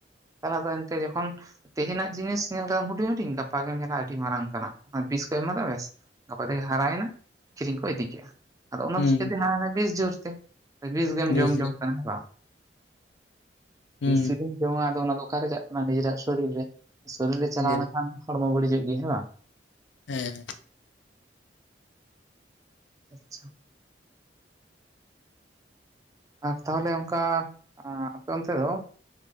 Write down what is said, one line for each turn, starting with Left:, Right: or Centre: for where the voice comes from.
Right: ᱛᱟᱦᱚᱞᱮ ᱮᱱᱛᱮ ᱡᱚᱠᱷᱚᱱ ᱛᱮᱦᱮᱧᱟᱜ ᱡᱤᱱᱤᱥ ᱧᱮᱞ ᱠᱮᱫᱟᱢ ᱦᱩᱰᱤᱧ ᱦᱩᱰᱤᱧ ᱜᱟᱯᱟ ᱜᱮᱢ ᱧᱮᱞᱟ ᱟᱹᱰᱤ ᱢᱟᱨᱟᱝ ᱠᱟᱱᱟ ᱵᱤᱥ ᱠᱚ ᱮᱢᱟᱫᱟ ᱵᱮᱥ ᱜᱟᱯᱟ ᱛᱮᱜᱮ ᱦᱟᱨᱟᱭᱮᱱᱟ ᱟᱹᱠᱷᱤᱨᱤᱧ ᱠᱚ ᱤᱫᱤ ᱠᱮᱜᱼᱟ ᱟᱫᱚ ᱚᱱᱟ
Left: ᱦᱩᱸ
Right: ᱫᱚ ᱪᱤᱠᱟᱹᱛᱮ ᱦᱳᱭᱱᱟ ᱵᱤᱥ ᱡᱳᱨᱛᱮ ᱵᱤᱥ ᱜᱮᱢ
Left: ᱵᱮᱥ
Right: ᱡᱚᱢ ᱡᱚᱝ ᱠᱟᱱᱟ ᱦᱮᱸ ᱵᱟᱝ
Left: ᱦᱩᱸ
Right: ᱵᱤᱧ ᱡᱩᱫᱤᱢ ᱡᱚᱢᱟ ᱟᱫᱚ ᱚᱱᱟ ᱫᱚ ᱚᱠᱟᱨᱮ ᱪᱟᱜ ᱠᱟᱱᱟ ᱱᱤᱡᱮᱨᱟᱜ ᱥᱚᱨᱤᱨ ᱨᱮ ᱥᱚᱨᱤᱨ ᱨᱮ ᱪᱟᱞᱟᱣ
Left: ᱦᱮᱸ
Right: ᱞᱮᱱᱠᱷᱟᱱ ᱦᱚᱲᱢᱚ ᱵᱟᱹᱲᱤᱡᱚᱜ ᱜᱮᱭᱟ ᱦᱮᱸ ᱵᱟᱝ
Left: ᱦᱮᱸ
Right: ᱟᱪᱪᱷᱟ ᱟᱨ ᱛᱟᱦᱞᱮ ᱚᱱᱠᱟ ᱟᱯᱮ ᱚᱱᱛᱮ ᱫᱚ